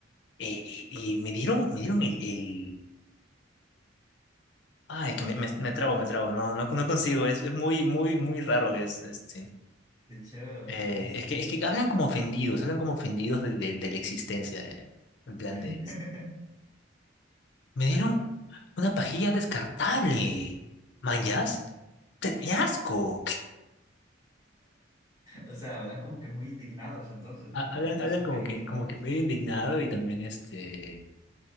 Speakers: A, on the left; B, on the right.
A: Eh, y, y me dieron, me dieron el, el... Ay, que me, me, me trabo, me trabo, no, no, no consigo, es, es muy, muy, muy raro, es, este,
B: De hecho,
A: eh,
B: este,
A: es que, es que hablan como ofendidos, hablan como ofendidos de, de, de la existencia, de- en plan
B: <laughs>
A: de, me dieron una pajilla descartable, man, ¿yas? ¡Te- ¡Qué asco!
B: o sea, hablan como que muy indignados, entonces,
A: ha- hablan,
B: como que
A: hablan
B: súper
A: como
B: indignados.
A: que, como que medio indignado y también este